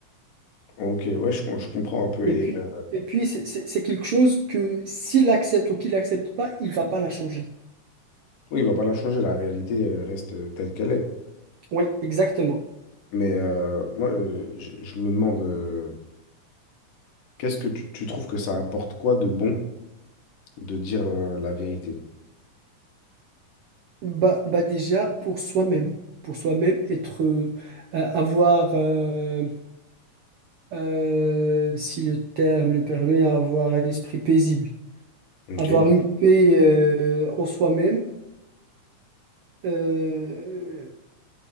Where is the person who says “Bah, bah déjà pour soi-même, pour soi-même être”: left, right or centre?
Right